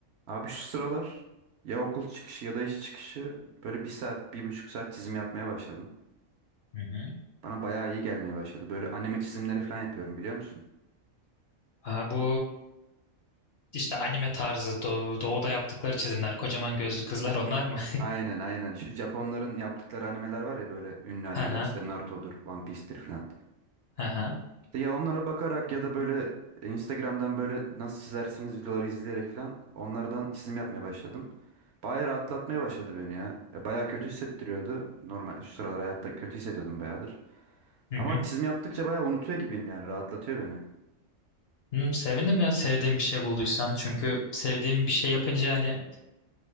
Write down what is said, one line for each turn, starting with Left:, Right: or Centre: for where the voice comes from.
Right: Abi şu sıralar ya okul çıkışı ya da iş çıkışı böyle bir saat, bir buçuk saat çizim yapmaya başladım.
Left: Hı hı.
Right: Bana bayağı iyi gelmeye başladı. Böyle anime çizimleri falan yapıyorum biliyor musun?
Left: Ha, bu işte anime tarzı doğ- doğuda yaptıkları çizimler, kocaman gözlü kızlar onlar mı?
Right: Aynen aynen. Şu Japonların yaptıkları animeler var ya böyle ünlü animeler.
Left: <laughs> Hı hı.
Right: işte Naruto'dur, One Piece'tir falan.
Left: Hı hı.
Right: İşte ya onlara bakarak ya da böyle Instagram'dan böyle nasıl çizersiniz videoları izleyerek falan onlardan çizim yapmaya başladım. Bayağı rahatlatmaya başladı beni ya. Ya Bayağı kötü hissettiriyordu. Normal şu sıralar hayatta kötü hissediyordum bayağıdır.
Left: Hı
Right: Ama
Left: hı.
Right: çizim yaptıkça bayağı unutuyor gibiyim yani rahatlatıyor beni.
Left: Hmm, sevindim ya sevdiğim bir şey bulduysan. Çünkü sevdiğim bir şey yapınca hani